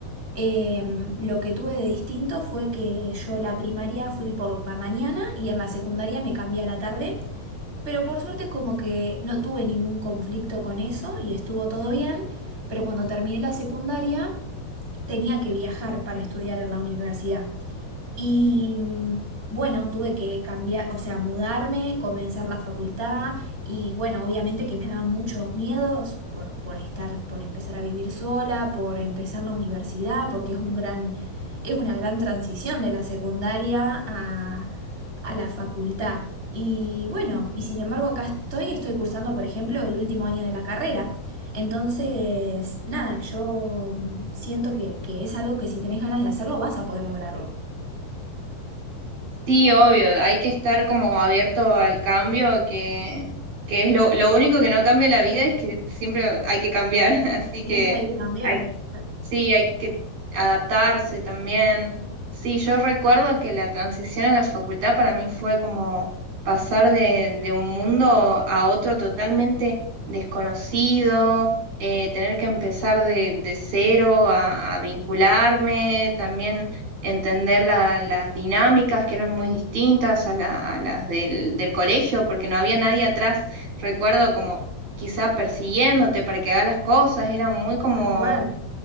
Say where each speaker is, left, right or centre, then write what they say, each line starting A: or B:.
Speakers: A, on the right; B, on the right.
A: Em, lo que tuve de distinto fue que yo la primaria fui por la mañana y en la secundaria me cambié a la tarde, pero por suerte como que no tuve ningún conflicto con eso y estuvo todo bien, pero cuando terminé la secundaria tenía que viajar para estudiar en la universidad. Y mm, bueno, tuve que cambiar, o sea, mudarme, comenzar la facultad y bueno, obviamente que me daban muchos miedos por, por estar, por empezar a vivir sola, por empezar la universidad, porque es un gran, es una gran transición de la secundaria a, a la facultad. Y bueno, y sin embargo acá estoy, estoy cursando, por ejemplo, el último año de la carrera. Entonces, nada, yo mm, siento que, que es algo que si tenés ganas de hacerlo, vas a poder lograrlo.
B: Sí, obvio, hay que estar como abierto al cambio, que, que es lo, lo único que no cambia la vida es que siempre hay que cambiar, <laughs> así
A: Siempre
B: que
A: hay que cambiar,
B: hay
A: tal
B: Sí, hay que adaptarse también. Sí, yo recuerdo que la transición a la facultad para mí fue como pasar de, de un mundo a otro totalmente desconocido, eh, tener que empezar de, de cero a, a vincularme, también entender la- las dinámicas que eran muy distintas a, la- a las del, del colegio, porque no había nadie atrás, recuerdo como quizá persiguiéndote para que hagas las cosas, era muy como
A: tal cual,